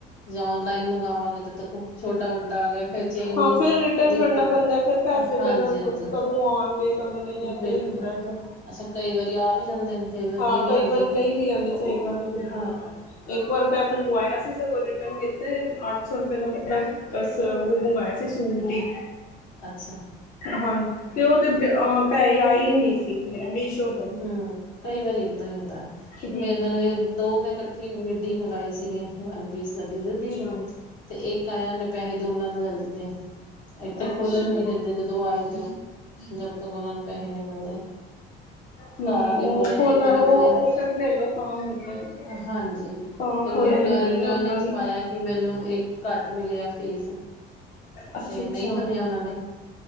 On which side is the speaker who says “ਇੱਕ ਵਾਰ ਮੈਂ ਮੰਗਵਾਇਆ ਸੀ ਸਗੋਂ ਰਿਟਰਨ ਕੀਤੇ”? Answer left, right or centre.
Left